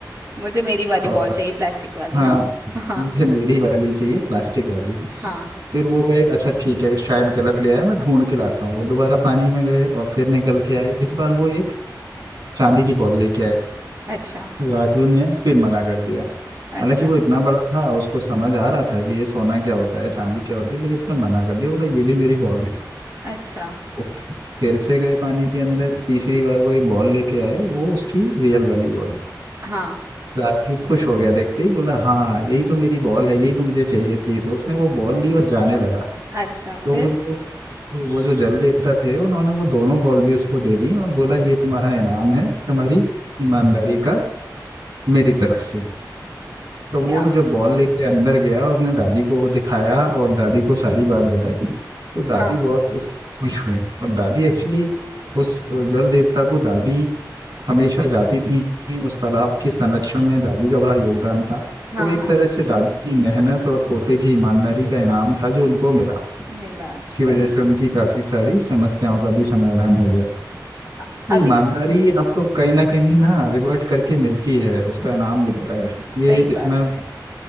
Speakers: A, on the right; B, on the right.
A: मुझे मेरी वाली
B: और
A: बॉल चाहिए प्लास्टिक वाली
B: हाँ
A: हाँ हाँ
B: मुझे मेरी वाली चाहिए प्लास्टिक वाली
A: हाँ
B: फिर वो गए अच्छा ठीक है शायद गलत ले आया मैं ढूंढ के लाता हूँ वो दोबारा पानी में गए और फिर निकल के आए इस बार वो एक चांदी की बॉल लेके आए
A: अच्छा
B: तो राजू ने फिर मना कर दिया
A: अच्छा
B: हालांकि वो इतना बड़ा था उसको समझ आ रहा था कि ये सोना क्या होता है चांदी क्या होती है लेकिन उसने मना कर दिया बोला ये भी मेरी बॉल नहीं
A: अच्छा
B: वो फिर से गए पानी के अंदर तीसरी बार वो एक बॉल लेके आए वो उसकी रियल वाली बॉल
A: हाँ
B: राजू खुश हो गया देखते ही बोला हाँ यही तो मेरी बॉल है यही तो मुझे चाहिए थी तो उसने वो बॉल ली और जाने लगा
A: अच्छा
B: तो
A: फिर
B: वो जो वो जो जल देवता थे उन्होंने वो दोनों बॉल भी उसको दे दी और बोला ये तुम्हारा इनाम है तुम्हारी ईमानदारी का मेरी तरफ से तो
A: क्या
B: वो जब बॉल लेके अंदर गया उसने दादी को वो दिखाया और दादी को सारी बात बताई तो दादी
A: हाँ
B: बहुत उसकी खुश हुई और दादी एक्चुअली उस जल देवता को दादी हमेशा जाती थी उस तालाब के संरक्षण में दादी का बड़ा योगदान था
A: हाँ
B: तो वो एक
A: हाँ
B: तरह से दादी की मेहनत और पोते की ईमानदारी का इनाम था जो उनको मिला
A: मिला सही
B: उसकी वजह से
A: है
B: उनकी काफी सारी समस्याओं का भी समाधान हो गया
A: अ-
B: तो ईमानदारी
A: अभी तो
B: आपको कहीं ना कहीं ना रिवर्ट करके मिलती है उसका इनाम मिलता है
A: सही
B: ये
A: बात
B: इसमें
A: है